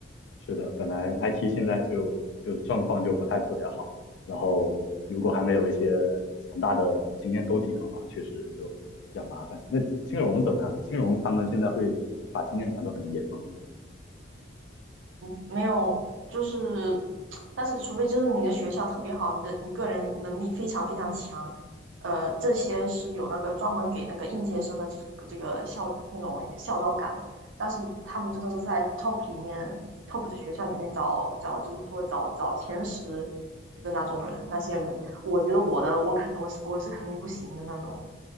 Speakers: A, on the left (about 70°); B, on the right (about 85°).
A: 是的，本来 IT 现在就就状况就不太特别好，然后如果还没有一些强大的经验兜底的话，确实就比较麻烦。那金融怎么样呢金融他们现在会把经验砍得很严吗？
B: 没有，就是，但是除非就是你的学校特别好，你的你个人能力非常非常强，呃，这些是有那个专门给那个应届生的这个这个校那种校招岗，但是他们真的是在 top 里面 top 的学校里面找找，就是说找找前十的那种人，那些人，我觉得我的我肯我是我是肯定不行的那种，